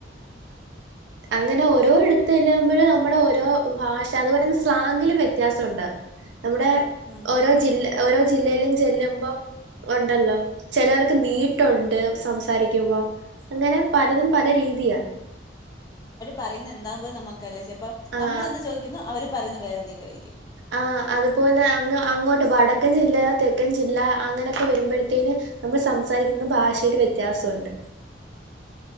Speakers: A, on the right (about 75°); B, on the left (about 20°).
A: ങ്ങനെ ഓരോ എടുത്ത് ചെല്ലുമ്പോഴും നമ്മുടെ ഓരോ ഭാഷ അതുപോലെ തന്നെ സ്ലാങ്ങിലും വ്യത്യാസമുണ്ടാവും നമ്മുടെ
B: ഉം
A: ഓരോ ജില്ല ഓരോ ജില്ലയിലും ചെല്ലുമ്പം ഉണ്ടല്ലോ ചിലവർക്ക് നീട്ടുണ്ട് സംസാരിക്കുമ്പോം അങ്ങനെ പലതും പല രീതിയാ
B: പറയ്ന്ന എന്താ പോലും നമുക്ക് അറില്ലേ ചെപ്പം
A: ആഹ്
B: നമ്മള് എന്ത് ചോദിക്കുന്നു അവര് പറയുന്നത് വേറെ എന്തെങ്കിലും ആയിരിക്കും
A: ആഹ് അതുപോലെ അങ് അങ്ങോട്ട് വടക്കൻ ജില്ല തെക്കൻ ജില്ല അങ്ങനെയൊക്കെ വരുമ്പോഴത്തേന് നമ്മ സം സംസാരിക്കുന്ന ഭാഷയില് വ്യത്യാസമുണ്ട്
B: <inaudible>